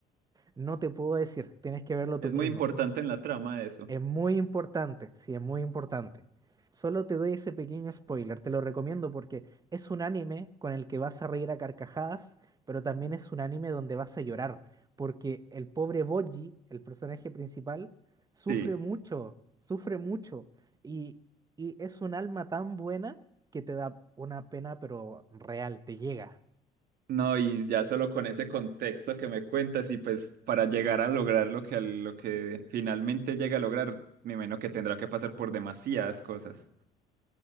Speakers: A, on the right; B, on the right.
A: No te puedo decir, tienes que verlo
B: Es
A: tú mismo.
B: muy importante en la trama eso.
A: Es muy importante, sí, es muy importante. Solo te doy ese pequeño spoiler, te lo recomiendo porque es un anime con el que vas a reír a carcajadas, pero también es un anime donde vas a llorar, porque el pobre Boji, el personaje principal, sufre
B: Sí,
A: mucho, sufre mucho, y, y es un alma tan buena que te da una pena, pero real, te llega.
B: no, y ya solo con ese contexto que me cuentas y pues para llegar a lograr lo que, al- lo que finalmente llega a lograr, me imagino que tendrá que pasar por demasiadas cosas.